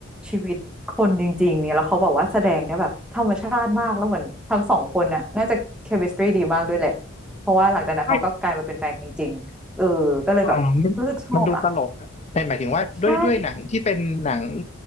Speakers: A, in the centre; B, on the left (about 35°).
A: ชีวิตคนจริงๆเนี่ยแล้วเขาแบบว่าแสดงได้แบบธรรมชาติมากแล้วเหมือนทั้งสองคนน่ะน่าจะเคมิสตรีดีมากด้วยแหละเพราะว่าหลังจากนั้นเขาก็กลายมาเป็นแฟนกันจริงๆเออก็เลยแบบรู้สึกชอบอะ
B: ใช่อ่ามันมันดูตลกนะแต่หมายถึงว่าด้วยด้วยหนังที่เป็นหนัง
A: ใช่